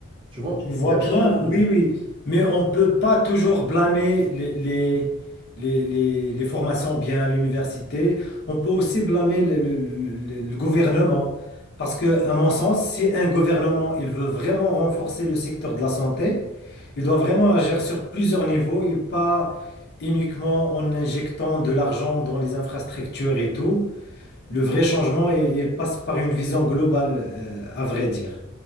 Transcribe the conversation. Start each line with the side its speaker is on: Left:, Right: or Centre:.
Right: Tu vois,
Left: Je vois
Right: il y a
Left: bien,
Right: énormément de...
Left: oui, oui, mais on ne peut pas toujours blâmer les, les, les, les, les formations bien à l'université. On peut aussi blâmer le, le- le- le gouvernement. Parce que, à mon sens, si un gouvernement il veut vraiment renforcer le secteur de la santé, il doit vraiment agir sur plusieurs niveaux et pas uniquement en injectant de l'argent dans les infrastructures et tout. Le vrai changement, il, il passe par une vision globale, euh, à vrai dire.